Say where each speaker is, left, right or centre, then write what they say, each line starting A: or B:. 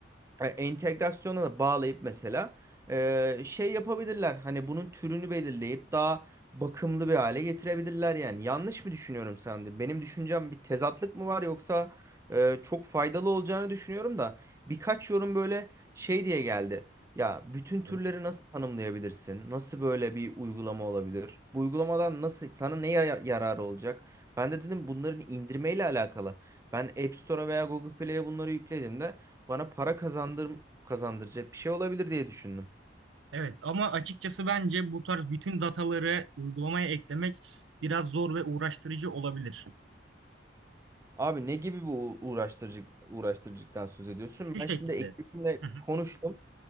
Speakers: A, on the right (about 15°); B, on the right (about 80°).
A: e, entegrasyona da bağlayıp mesela e, şey yapabilirler. Hani bunun türünü belirleyip daha bakımlı bir hale getirebilirler yani. Yanlış mı düşünüyorum sence? Benim düşüncem bir tezatlık mı var yoksa e, çok faydalı olacağını düşünüyorum da birkaç yorum böyle şey diye geldi. Ya bütün türleri
B: hı.
A: nasıl tanımlayabilirsin? Nasıl böyle bir uygulama olabilir? Bu uygulamadan nasıl sana ne ya- yararı olacak? Ben de dedim bunların indirmeyle alakalı. Ben App Store'a veya Google Play'e bunları yükledim de bana para kazandır kazandıracak bir şey olabilir diye düşündüm.
B: Evet ama açıkçası bence bu tarz bütün dataları uygulamaya eklemek biraz zor ve uğraştırıcı olabilir.
A: Abi ne gibi bu uğraştırıcı uğraştırıcıktan söz ediyorsun?
B: Şu şekilde.
A: Ben şimdi ekibimle
B: Hı hı.
A: konuştum.